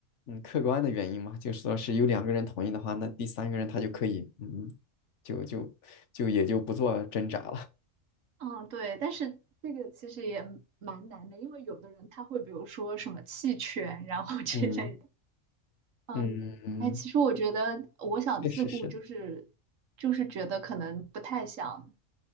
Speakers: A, on the left (about 65°); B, on the right (about 80°).
A: 嗯客观的原因嘛，就说是有两个人同意的话，那第三个人他就可以嗯，就就就也就不做挣扎了。
B: 嗯，对，但是这个其实也蛮难的，因为有的人他会比如说什么弃权，然后 <laughs> 之类的。
A: 嗯
B: 嗯，
A: 嗯嗯，
B: 哎，其实我觉得我想自顾，
A: 确实是，
B: 就是就是觉得可能不太想。